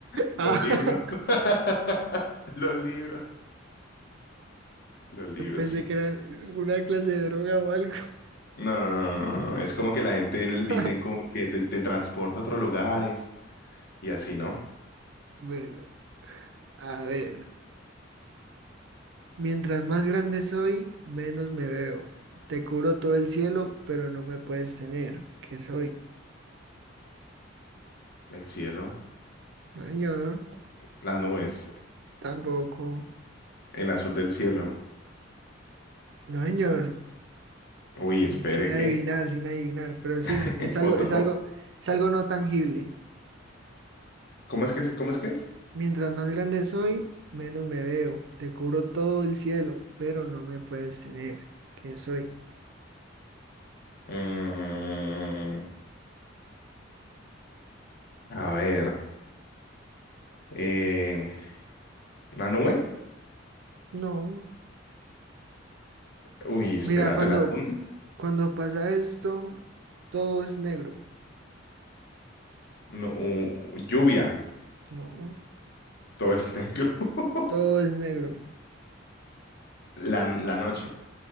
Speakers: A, on the left (about 55°); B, on the right (about 65°).
A: los
B: Ah,
A: libros, <laughs> los libros,
B: <laughs>
A: los libros,
B: yo pensé
A: sí.
B: que era alguna clase de droga o algo.
A: No, no, no, no, no, es como que la gente l-
B: <laughs>
A: dice como que te, te transporta a otros lugares y así, ¿no?
B: Bueno, a ver. Mientras más grande soy, menos me veo. Te cubro todo el cielo, pero no me puedes tener. ¿Qué soy?
A: El cielo,
B: No, señor.
A: las nubes,
B: Tampoco.
A: el azul del cielo.
B: No, señor.
A: Uy,
B: Sin,
A: espere
B: sin adivinar,
A: que
B: sin adivinar. Pero sí,
A: <laughs>
B: no- es algo,
A: otro.
B: es algo,
A: o-
B: es algo no tangible.
A: ¿Cómo es que se, cómo es que es?
B: Mientras más grande soy, menos me veo. Te cubro todo el cielo, pero no me puedes tener. ¿Qué soy?
A: Mm, a ver, eh, ¿la nube?
B: No.
A: Uy, espérate,
B: Mira, cuando,
A: la luna.
B: cuando pasa esto, todo es negro.
A: No, u- lluvia.
B: No.
A: Todo es negro. <laughs>
B: Todo es negro.
A: La, la noche,